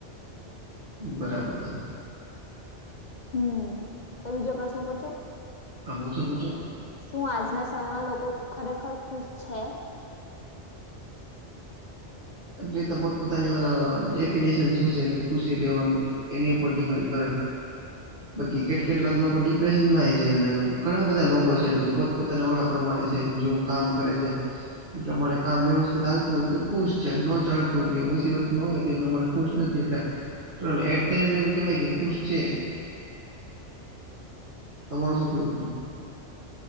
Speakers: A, on the right; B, on the left.
A: બરાબર છે
B: હમ તો બીજો પ્રશ્ન પૂછું
A: આ પૂછો પૂછો.
B: શું આજના સમયમાં લોકો ખરેખર ખુશ છે
A: એટલે પોતપોતાની ડેફિનેશન શું છે ખુશી રહેવાનું એની ઉપર ડડીપેન્ડ કરે બાકી કેટલા કેટલા લોકો ડિપ્રેશન માં છે અને ઘણા બધા લોકો છે એટ પોતપોતાના વાડા પ્રમાણે છે એ જેવું કામ કરે છે એ પ્રમાણે કામ વ્યવસ્થિત ચાલતું હોય તો ખ ન ચાલતું હો મુસીબત ન હોય તે પ્રમાણે ખુશ નથી એટલે એટ એન્ડ એમ કે ભાઈ કે ખુસ છે તમારું શું કેવું છે